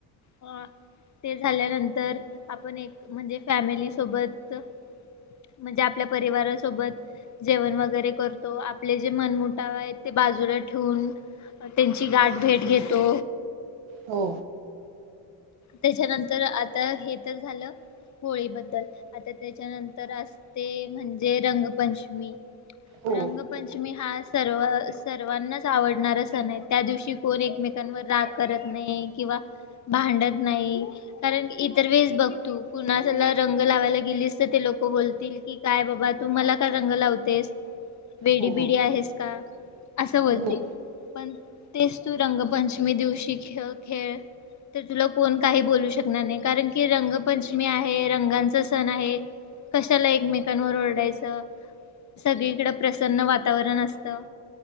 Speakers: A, on the left; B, on the right.
A: अ ते झाल्यानंतर आपण एक म्हणजे फॅमिली सोबत म्हणजे आपल्या परिवारच सोबत जेवण वगैरे करतो आपले जे मनमटाव आहेत ते बाजूला ठेवून त्यांची गाठ भेट घेतो
B: हो
A: त्याच्यानंतर आता हे तर झालं. होळीबद्दल आता त्याच्यानंतर असते म्हणजे रंगपंचमी
B: हो
A: रंगपंचमी हा सर्व सर्वांनाच आवडणारा सण आहे त्या दिवशी कोण एकमेकांवर राग करत नाही किंवा भांडत नाही कारण इतर वेळेस बघतू कुणाला रंग लावायला गेलीस तर ते लोक बोलतील. की काय बाबा तू मला काय रंग लावतेस. वेडी
B: हो
A: बिडी आहेस का असं बोलते
B: हो
A: पण तेच तू रंगपंचमी दिवशी खेळ खेळ तर तुला कोण काही बोलू शकणार नाही कारण की रंगपंचमी आहे रंगांचा सण आहे. कशाला एकमेकांवर ओरडायचं. सगळीकडं प्रसन्न वातावरण असत.